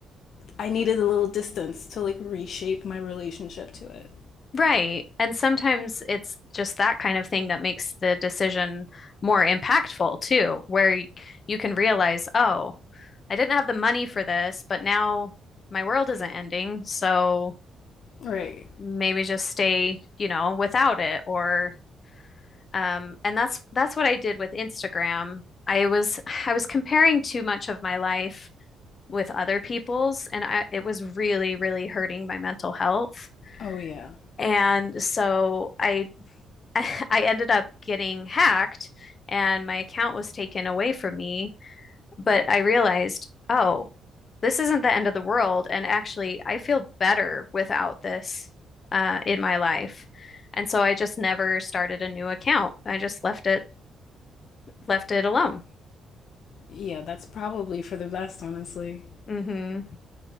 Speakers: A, on the left (about 65°); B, on the left (about 40°).
A: I needed a little distance to like reshape my relationship to it.
B: Right. And sometimes it's just that kind of thing that makes the decision more impactful too, where y- you can realize, oh, I didn't have the money for this, but now my world isn't ending, so
A: Right.
B: maybe just stay, you know, without it or um and that's that's what I did with Instagram. I was I was comparing too much of my life with other people's and I, it was really really hurting my mental health.
A: Oh yeah.
B: And so I <laughs> I ended up getting hacked and my account was taken away from me but I realized, oh, this isn't the end of the world. And actually, I feel better without this uh, in my life. And so I just never started a new account. I just left it left it alone.
A: Yeah, that's probably for the best, honestly.
B: Mm-hmm.